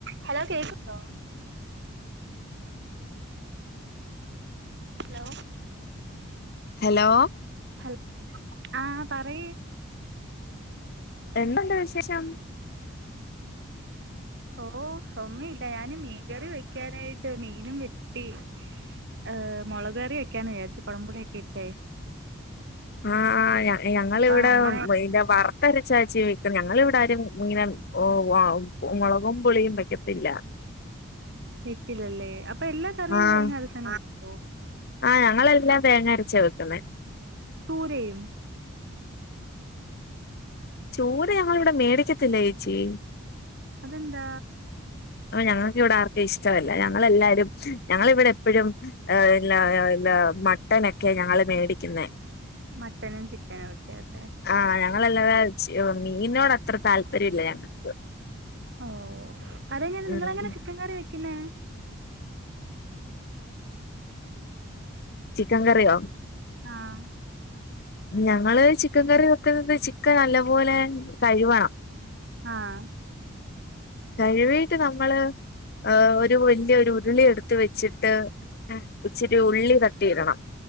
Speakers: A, on the right; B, on the left.
A: Hello കേക്ക്ണ്ടോ? Hello
B: hello
A: ഹൽ ആഹ് പറയ്
B: എന്തൊണ്ട് വിശേഷം
A: ഓ <unintelligible> ഞാന് മീൻകറി വെക്കാനായിട്ട് മീനും വെട്ടി ഏഹ് മുളക് കറി വെയക്കാന്ന് വിചാരിച്ചു കൊ ടമ്പുളിയൊക്കെ ഇട്ടേ
B: ആഹ് അഹ് ഞ ഞങ്ങളിവിടെ
A: അപ്പൊ അങ്ങനെ
B: ഇന്റെ വറത്തരച്ചാച്ചി ഞങ്ങളിവിടാരും ഇങ്ങനെ ഒ വ മൊളകും പുളിയും വെക്കത്തില്ല
A: വെക്കില്ലല്ലേ അപ്പൊ എല്ലാ കറിയും
B: ആഹ്
A: തേങ്ങ അരച്ചങ്ങ് വെക്കുവോ
B: ആഹ് ഞങ്ങളെല്ലാം തേങ്ങ അരച്ച വെക്കുന്നെ
A: തൂരയും?
B: ചൂര ഞങ്ങളിവിടെ മേടിക്കത്തില്ല ചേച്ചി
A: അതെന്താ?
B: അത് ഞങ്ങൾക്കിവിടെ ആർക്കും ഇഷ്ടമല്ല ഞങ്ങളെല്ലാരും ഞങ്ങളിവിടെ എപ്പഴും ഇല്ല ഇല്ല മട്ടനൊക്കെയാ ഞങ്ങള് മേടിക്കുന്നെ
A: മട്ടനും ചിക്കനും ഒക്കെയതെ
B: ആഹ് ഞങ്ങളല്ലാതെ മീനോട് അത്ര താല്പര്യം ഇല്ല ഞങ്ങക്ക്
A: ഓ അതെങ്ങനെ നിങ്ങളെങ്ങനെ
B: ഉം
A: ചിക്കൻ കറി വെക്കുന്നേ?
B: ചിക്കൻ കറിയോ?
A: ആഹ്
B: ഞങ്ങള് ചിക്കൻ കറി വെക്കുന്നത് ചിക്കൻ നല്ലപോലെ കഴുവണം
A: ആഹ്
B: കഴിവീട്ട് നമ്മള് ആ ഒരു വല്യൊരു ഉരുളി എടുത്ത് വച്ചിട്ട് ഇച്ചിരി ഉള്ളി തട്ടിയിടണം